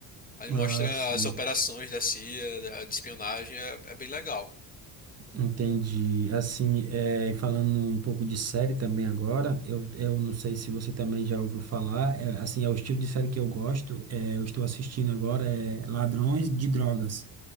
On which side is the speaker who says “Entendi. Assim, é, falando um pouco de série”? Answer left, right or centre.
Right